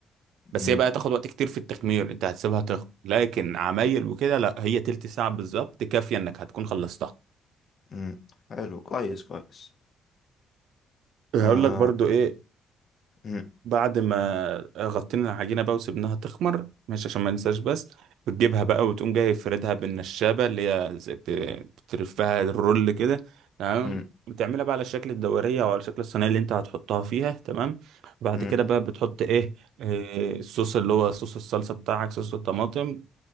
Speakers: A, on the right; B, on the left.
A: بس
B: امم
A: هي بقى تاخد وقت كتير في التخمير انت هتسيبها تخمر لكن عمايل وكده لا هي تلت ساعة بالظبط كافية انك هتكون خلصتها
B: امم حلو كويس كويس
A: هقول
B: آه،
A: لك برضو ايه
B: امم
A: بعد ما غطينا العجينة بقى وسبناها تخمر ماشي عشان ما ننساش بس بتجيبها بقى وتقوم جاي فردها بالنشابة اللي هي زي بت- بتلفها الرول كده تمام
B: امم
A: بتعملها بقى على شكل الدورية أو على شكل الصينية اللي أنت هتحطها فيها تمام بعد
B: امم
A: كده بقى بتحط إيه آه، الصوص اللي هو صوص الصلصة بتاعك صوص الطماطم